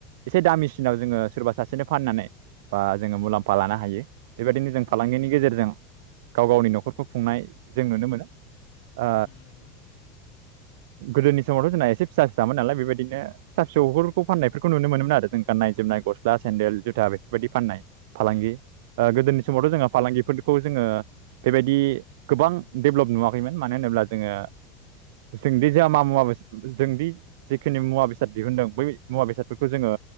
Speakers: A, on the right; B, on the left.
A: एसे दामिसिनाव जोङो सोरबा सासेनो फाननानै बा जोङो मुलाम्फा लानो हायो बेबायदिनो जों
B: उम
A: फालांगिनि गेजेरजों गाव गावनि न'खरखौ खुंनाय जों नुनो मोनो ओ
B: उम नंगौ नोंथां।
A: गोदोनि समावथ' जोंना एसे फिसा फिसामोन नालाय बेबायदि बिदिनो फिसा फिसौफोरखौ फाननायफोरखौ नुनो मोनोमोन आरो जों गाननाय जोमनाय गस्ला सेन्देल जुथा बेफोरबायदि फाननाय फालांगि ओ गोदोनि समावथ'
B: औ
A: जोंहा फालांगि फोरफोरखौ जोङो बेबायदि गोबां डेभेलप नुवाखैमोन मानो होनोब्ला जोङो जोंदि जा मा मुवाबो जोंदि जिखिनि मुवा बेसाद दिहुनदों बै मुवा बेसादफोरखौ जोङो